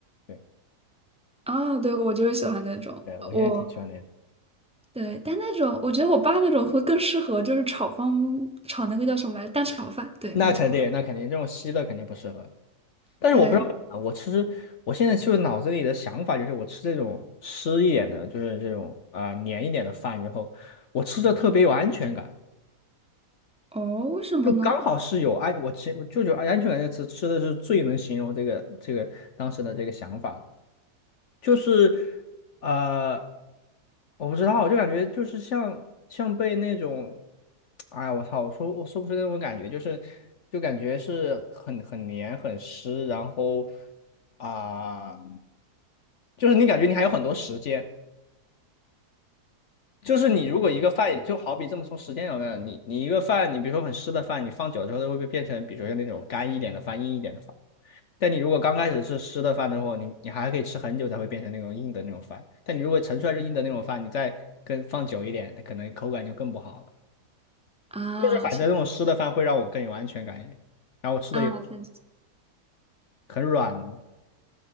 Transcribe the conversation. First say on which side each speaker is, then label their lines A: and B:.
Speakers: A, on the left; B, in the centre.
A: 对
B: 啊，对，我就是喜欢那种，
A: 对，我现在挺喜欢那种。
B: 我对，但那种我觉得我爸那种会更适合，就是炒方炒那个叫什么来着，蛋炒饭，对，
A: 那肯定，
B: 蛋炒饭，
A: 那肯定，这种稀的肯定不适合。但是我不知道啊，
B: 对，
A: 我其实我现在就是脑子里的想法就是，我吃这种湿一点的，就是这种啊、黏一点的饭之后，我吃着特别有安全感，
B: 哦，为什么呢？
A: 就刚好是有安，我其我就有安全感这个词吃的是最能形容这个这个当时的这个想法。就是呃，我不知道，我就感觉就是像像被那种，哎，我操，我说我说不出那种感觉，就是就感觉是很很黏很湿，然后啊、就是你感觉你还有很多时间。就是你如果一个饭，就好比这么从时间上来讲，你你一个饭，你比如说很湿的饭，你放久了之后，它会不会变成，比如说那种干一点的饭、硬一点的饭？但你如果刚开始是湿的饭的话，你你还可以吃很久才会变成那种硬的那种饭。但你如果盛出来是硬的那种饭，你再跟放久一点，它可能口感就更不好了。
B: 啊，
A: 就是反正那种湿的饭会让我更有安全感一点，
B: 确
A: 然后吃的也
B: 啊，确实
A: 很软嘛。